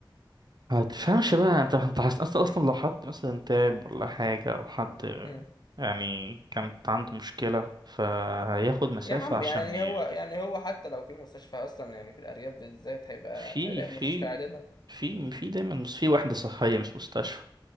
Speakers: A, on the right; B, on the left.
A: ما تفهمش بقى
B: يعني
A: انت انت حاسس اصلا اصلا لو حد مثلا تعب ولا حاجة او حد
B: مم.
A: يعني كانت عنده مشكلة فهياخد مسافة
B: يا عم
A: عشان
B: يعني
A: يعني
B: هو يعني هو حتى لو في مستشفى اصلا يعني في الارياف بالذات هيبقى
A: في
B: هيلاقي
A: في
B: مستشفى عادله
A: في في دايما مس- في وحدة صحية مش مستشفى